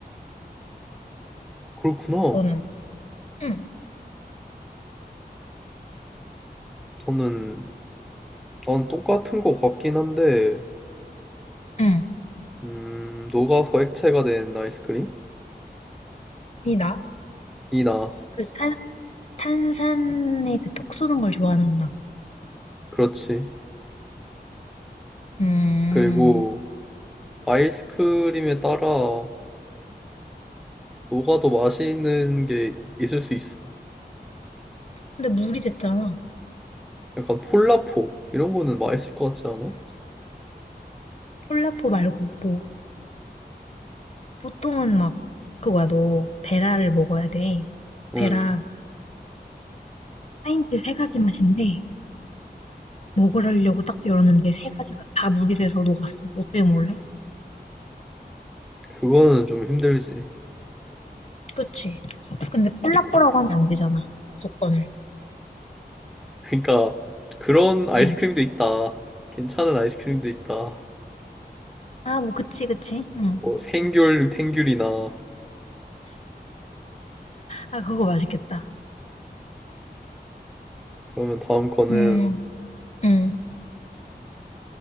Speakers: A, in the centre; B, on the left (about 40°).
A: 그렇구나.
B: 너는? 응,
A: 저는 난 똑같은 거 같긴 한데,
B: 응.
A: 음, 녹아서 액체가 된 아이스크림?
B: 이 나?
A: 이 나.
B: 그 탄, 탄산에 그 톡 쏘는 걸 좋아하는구나.
A: 그렇지.
B: 음,
A: 그리고 아이스크림에 따라 녹아도 맛있는 게 있을 수 있어.
B: 근데 물이 됐잖아.
A: 약간 폴라포 이런 거는 맛있을 것 같지 않아?
B: 콜라포 말고, 뭐. 보통은 막, 그거야, 너, 베라를 먹어야 돼.
A: 음.
B: 베라. 파인트 세 가지 맛인데 먹으려고 딱 열었는데 세 가지가 다 물이 돼서 녹았어. 어때 몰래?
A: 그거는 좀 힘들지.
B: 그치. 근데 폴라뽀라고 하면 안 되잖아. 조건을.
A: 그러니까 그런 아이스크림도
B: 응
A: 있다. 괜찮은 아이스크림도 있다.
B: 아, 뭐, 그치, 그치. 응.
A: 뭐 생귤, 탱귤이나
B: 아 그거 맛있겠다.
A: 그러면 다음 거는
B: 음, 응